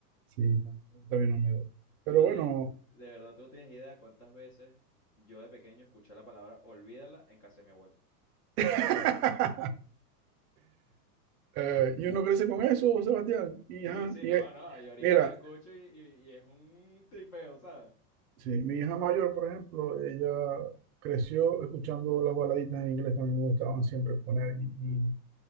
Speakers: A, on the right (about 65°); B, on the left (about 25°).
A: Sí, también me gusta bien Olmedo.
B: Tú
A: Pero
B: no
A: bueno,
B: tienes, de verdad, tú no tienes idea de cuántas veces yo de pequeño escuché la palabra olvídala en casa de mi abuela.
A: <laughs> eh, y uno crece con eso, Sebastián. Y,
B: Sí,
A: ajá,
B: sí,
A: y,
B: no,
A: eh,
B: no, y ahorita
A: mira,
B: la escucho y, y- y es un tripeo, ¿sabes?
A: Sí, mi hija mayor, por ejemplo, ella creció escuchando las baladitas en inglés que a mí me gustaban siempre poner y, y-